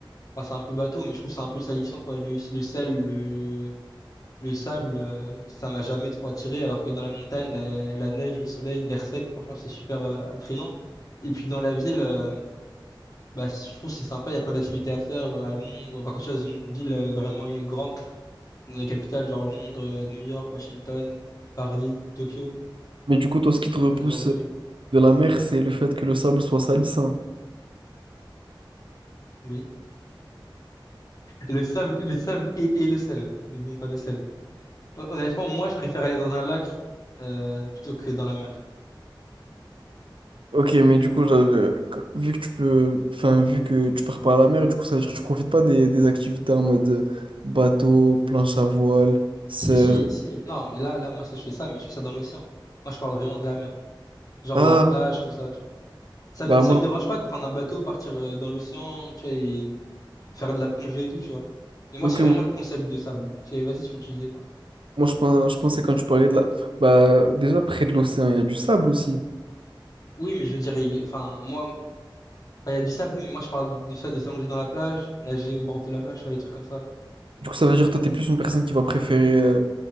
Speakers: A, on the left (about 45°); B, on the right (about 80°).
A: Enfin, c'est un peu bateau, mais je trouve que c'est un peu salissant, quoi. Le, le sel, le, le sable, euh, ça m'a jamais trop attiré, alors que dans la montagne, la, la neige, le soleil, l'air sec, franchement, c'est super euh, attrayant. Et puis dans la ville, euh, bah, je trouve que c'est sympa, il y a plein d'activités à faire euh, à Londres. Enfin, quand tu es dans une ville euh, vraiment euh, grande, dans les capitales, genre Londres, euh, New York, Washington, Paris, Tokyo,
B: Mais du coup, toi, ce qui te repousse
A: ce genre de ville.
B: de la mer, c'est le fait que le sable soit sali, ça.
A: Oui. Le sable, le sable et, et le sel. N'oublions pas le sel. Hon- Honnêtement, moi, je préfère aller dans un lac euh, plutôt que dans la mer.
B: Ok, mais du coup, j'avais- vu que tu peux, enfin, vu que tu pars pas à la mer, du coup, ça veut dire que tu profites pas des, des activités en mode euh, bateau, planche à voile, surf.
A: Si, si, si. Non, mais là, là, moi, ça, je fais ça, mais je fais ça dans l'océan. Moi, je parle vraiment de la mer. Genre
B: Ah,
A: la plage, tout ça, tu vois. Ça
B: bah
A: me, ça
B: moi,
A: me dérange pas de prendre un bateau, partir euh, dans l'océan, tu vois, et faire de la plongée et tout, tu vois. Mais moi,
B: ok,
A: c'est vraiment
B: moi,
A: le concept de sable. Je fais, Vas-y, tu me tu disais quoi?
B: moi, je pense, je pensais quand tu parlais de la, bah déjà près de l'océan, il y a du sable aussi.
A: Oui, mais je veux dire, il- enfin, moi, enfin, il y a du sable, oui, mais moi, je parle du fait de s'allonger dans la plage, nager au bord de la plage, tu vois, les trucs comme ça.
B: Du coup, ça veut dire que toi, t'es plus une personne qui va préférer, euh,